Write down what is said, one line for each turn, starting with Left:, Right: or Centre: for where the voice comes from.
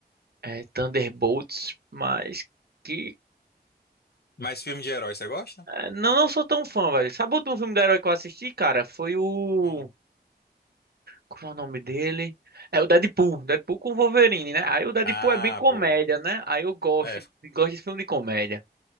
Right: é, Thunderbolts, mas que
Left: Mas filme de herói, você gosta?
Right: é, não, não sou tão fã, velho. Sabe o último filme de herói que eu assisti, cara? Foi o.
Left: Hum.
Right: Como é o nome dele? É o Deadpool. Deadpool com Wolverine, né? Aí o Deadpool
Left: Ah,
Right: é bem comédia,
Left: pô.
Right: né? Aí eu gosto,
Left: É,
Right: gosto de filme de comédia.